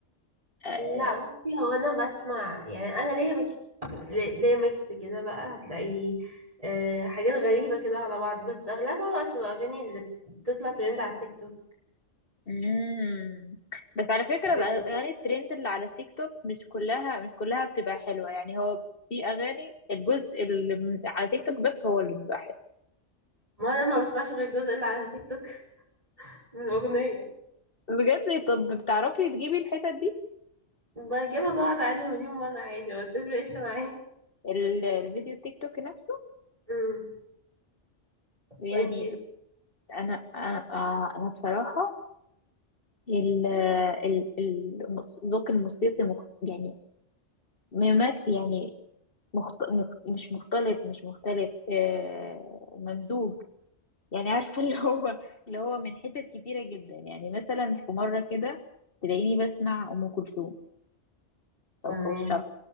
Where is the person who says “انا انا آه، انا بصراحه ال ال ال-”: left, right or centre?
Left